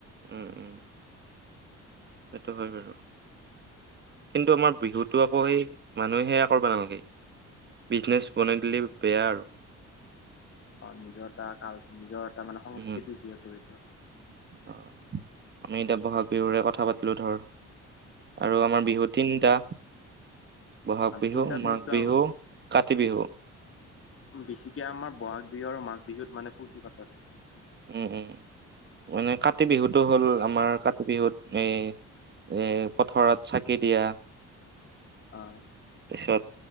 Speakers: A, on the right (about 35°); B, on the left (about 45°).
A: উম উম। সেইটো হয় বাৰু। কিন্তু আমাৰ বিহুতটো আকৌ সেই মানুহে সেয়া কৰিব নালাগে। বিজনেছ বনাই দিলে বেয়া আৰু।
B: অ নিজৰ এটা কাল, নিজৰ এটা মানে সংস্কৃতি
A: উম,
B: যিহেতু এইটো
A: অ আমি এতিয়া বহাগ বিহুৰে কথা পাতিলো ধৰ, আৰু আমাৰ বিহু তিনিটা। বহাগ বিহু,
B: তিনিটা বিহুতটো
A: মাঘ বিহু, কাতি বিহু।
B: বেছিকে আমাৰ বহাগ বিহু আৰু মাঘ বিহুত মানে ফূৰ্তি ফাতা হয়।
A: উম উম। মানে কাতি বিহুতটো হ'ল, আমাৰ কাতি বিহুত এই এ পথাৰত চাকি দিয়া,
B: অ
A: তাৰপিছত